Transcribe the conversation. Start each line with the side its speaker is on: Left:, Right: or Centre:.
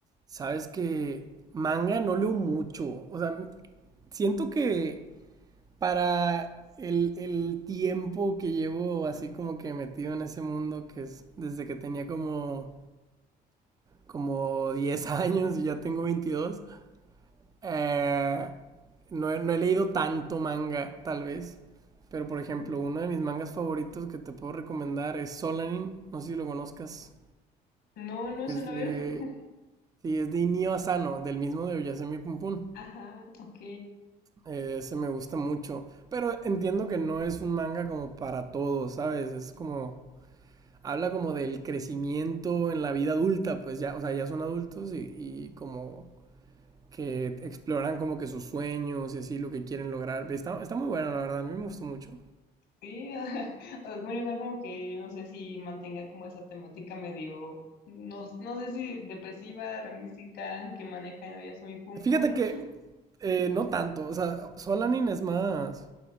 Right: Sabes que manga no leo mucho, o sea, siento que para el, el tiempo que llevo así como que metido en ese mundo, que es desde que tenía como, como 10 <laughs> años y ya tengo veintidós Eh, no, he- no he leído tanto manga, tal vez. Pero, por ejemplo,
Left: Ok.
Right: uno de mis mangas favoritos que te puedo recomendar es Solanin. No sé si lo conozcas.
Left: No, no
Right: Es
Left: es una
Right: de...
Left: ver, <laughs>
Right: Sí, es de Inio Asano, del mismo de Oyasemi Pum Pum.
Left: ajá, ok,
Right: Eh, ese me gusta mucho. Pero entiendo que no es un manga como para todos, ¿sabes? Es como... Habla como del crecimiento en la vida adulta, pues ya, o sea, ya son adultos y, y como que exploran como que sus sueños y así lo que quieren lograr. Está, está muy bueno, la verdad, a mí me gustó mucho.
Left: sí, <laughs> ajá. Bueno, igual como que, no sé si mantenga como esa temática medio... No, no sé si depresiva, realística, que maneja en Oyasumi Pum
Right: Fíjate
Left: Pum.
Right: que eh, no tanto, o sea, Solanin es más